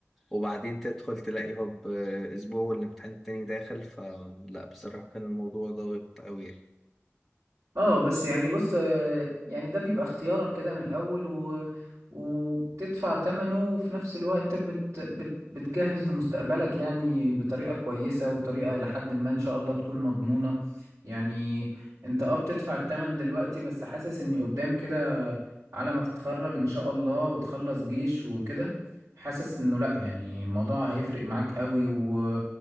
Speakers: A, in the centre; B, on the right.
A: وبعدين تدخل تلاقي هوب اسبوع والامتحان التاني داخل فلا بصراحة كان الموضوع ضاغط قوي يعني.
B: اه بس يعني بص آه، يعني ده بيبقى اختيارك كده من الأول و... وبتدفع تمنه وفي نفس الوقت بت... بت... بتجهز لمستقبلك يعني بطريقة كويسة وطريقة لحد ما إن شاء الله تكون مضمونة يعني انت اه بتدفع التمن دلوقتي بس حاسس اني قدام كده على ما تتخرج إن شاء الله وتخلص جيش وكده حاسس انه لأ يعني الموضوع هيفرق معاك قوي و...